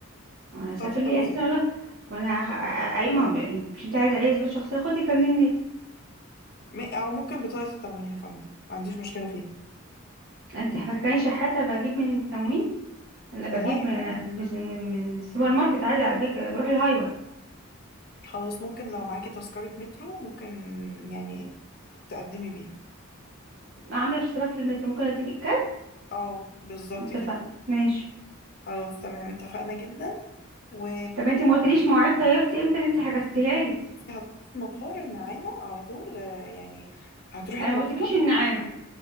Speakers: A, on the right; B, on the left.
A: انا
B: بطاقة
A: هسافر
B: التموين
A: ليه اساسا ولا وانا ه- ه- ايوه ما هو مش انت عايزه اي اثبات شخصيه خدي كارنيه النادي
B: م... او ممكن بطاقة التموين يا فندم ما عنديش مشكلة فيها
A: انت فاكراني شحاته بجيب من التموين انا بجيب
B: لا يا
A: من
B: فندم
A: من من من السوبر ماركت عادي على فكره بروح الهايبر
B: خلاص ممكن لو معاكي تذكرة مترو ممكن يعني تقدمي بيها
A: عامله اشتراك في المترو ممكن اديك الكارت
B: اه بالظبط
A: اتفقنا
B: كده
A: ماشي
B: خلاص تمام اتفقنا جدا و
A: طب انت ما قلتليش مواعيد طيارتي امتى اللي انت حجزتيها لي
B: انت هتروحي المطار النعامة على طول آه، يعني هتروحي
A: انا
B: المطار
A: ما قلتلكيش النعامه